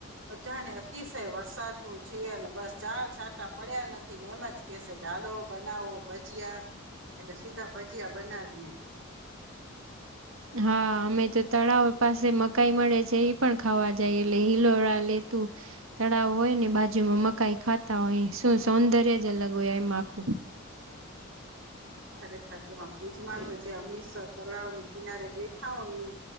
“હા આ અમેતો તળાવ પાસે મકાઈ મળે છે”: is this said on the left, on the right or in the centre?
Right